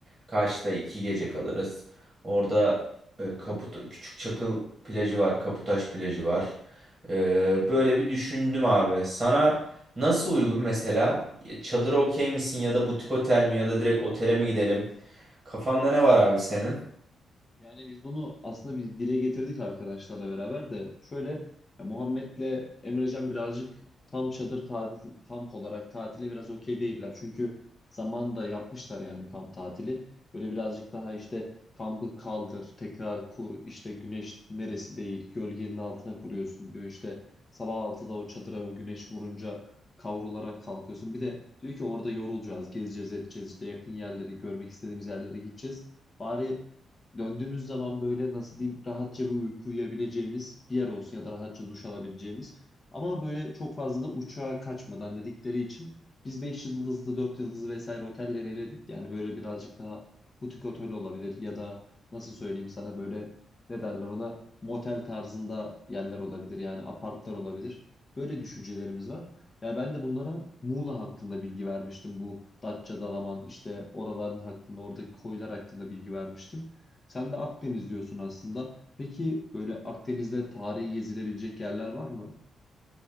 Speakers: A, on the right; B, on the left.
A: Kaş'ta iki gece kalırız. Orada e, Kaput Küçük Çakıl plajı var. Kaputaş plajı var. Ee, böyle bir düşündüm abi. Sana nasıl uygun mesela? Çadıra okey misin ya da butik otel mi ya da direkt otele mi gidelim? Kafanda ne var abi senin?
B: Yani biz bunu aslında bir dile getirdik arkadaşlarla beraber de şöyle ya Muhammed'le Emrecan birazcık tam çadır tatil kamp olarak tatile biraz okey değiller. Çünkü zamanında yapmışlar yani kamp tatili. Böyle birazcık daha işte kampı kaldır, tekrar kur, işte güneş neresi değil, gölgenin altına kuruyorsun diyor. İşte sabah altıda o çadıra o güneş vurunca kavrularak kalkıyorsun. Bir de diyor ki orada yorulacağız, gezeceğiz, edeceğiz işte yakın yerleri, görmek istediğimiz yerlere gideceğiz. Bari döndüğümüz zaman böyle nasıl diyeyim rahatça bir uyku uyuyabileceğimiz bir yer olsun ya da rahatça duş alabileceğimiz. Ama böyle çok fazla da uçağa kaçmadan dedikleri için biz 5 yıldızlı, 4 yıldızlı vesaire otelleri eledik. Yani böyle birazcık daha butik otel olabilir ya da nasıl söyleyeyim sana böyle ne derler ona motel tarzında yerler olabilir yani apartlar olabilir. Böyle düşüncelerimiz var. Yani ben de bunlara Muğla hakkında bilgi vermiştim. Bu Datça, Dalaman işte oraların hakkında oradaki koylar hakkında bilgi vermiştim. Sen de Akdeniz diyorsun aslında. Peki böyle Akdeniz'de tarihi gezilebilecek yerler var mı?